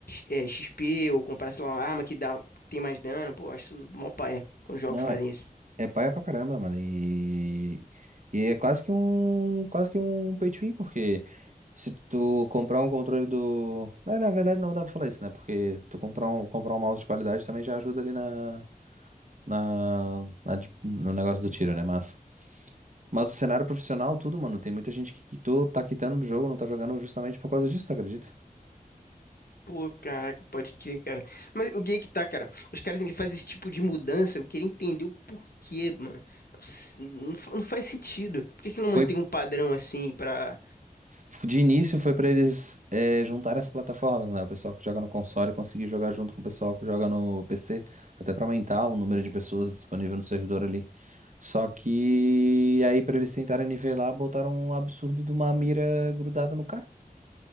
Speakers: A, on the left; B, on the right.
A: é, XP ou comprar, sei lá, uma arma que dá, tem mais dano. Pô, acho isso mó paia quando os jogos
B: não,
A: fazem
B: é,
A: isso.
B: é paia pra caramba, mano. E, e é quase que um, quase que um pay to win, porque se tu comprar um controle do. É, na verdade não dá pra falar isso, né? Porque tu comprar um, comprar um mouse de qualidade também já ajuda ali na, na, na de- no negócio do tiro, né? Mas, mas o cenário profissional, tudo, mano, tem muita gente que quitou, tá quitando do jogo, não tá jogando justamente por causa disso, tu acredita?
A: Pô, caraca, pode crer, cara. Mas o que é que tá, cara? Os caras, ele fazem esse tipo de mudança, eu queria entender o porquê, mano. S- Não, fa- não faz sentido. Por que que não
B: Foi,
A: mantém um padrão assim pra...
B: f- de início foi pra eles é, juntarem as plataformas, né? O pessoal que joga no console conseguir jogar junto com o pessoal que joga no PC, até pra aumentar o número de pessoas disponível no servidor ali. Só que aí pra eles tentarem nivelar, botaram um absurdo de uma mira grudada no cara,